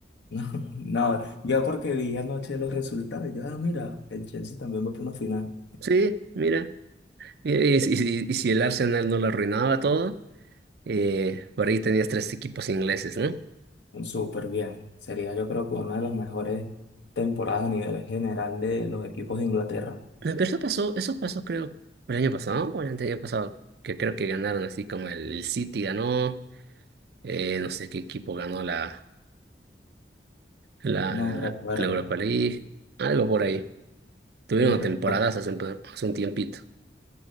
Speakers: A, on the left (about 75°); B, on the right (about 60°).
A: No, no, yo porque vi anoche los resultados, yo, ah, mira, el Chelsea también va por una final,
B: Sí, mira. Mira, Y, si y- si y si el Arsenal no lo arruinaba todo, eh, por ahí tenías tres equipos ingleses, ¿no? No,
A: un súper bien. Sería yo creo que una de las mejores temporadas a nivel general de los equipos de Inglaterra.
B: Pero eso pasó, eso pasó creo el año pasado o el año pasado, que creo que ganaron así como el City ganó, eh, no sé qué equipo ganó la, la,
A: No
B: la,
A: recuerdo,
B: la Europa League, algo por ahí. Tuvieron
A: no recuerdo.
B: temporadas hace un, hace un tiempito.